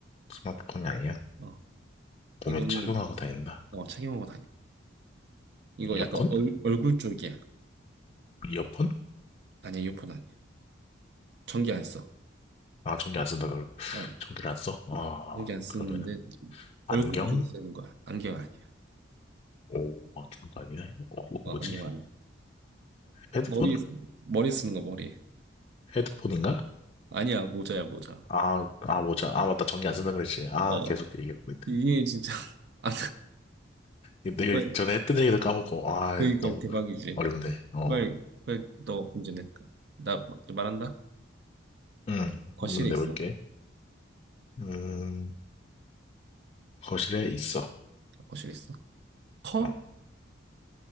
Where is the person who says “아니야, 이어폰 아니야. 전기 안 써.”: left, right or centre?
Right